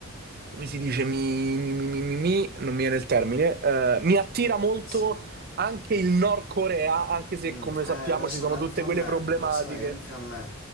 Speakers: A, on the right (about 45°); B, on the left (about 60°).
A: come si dice, mi, mi, mi, mi, mi- mi- non mi viene il termine, eh, mi attira molto
B: sì.
A: anche il Nord Corea, anche se,
B: Mm,
A: come
B: eh,
A: sappiamo,
B: lo
A: ci
B: so,
A: sono
B: ma
A: tutte
B: anche a
A: quelle
B: me,
A: problematiche.
B: lo sai, anche a me.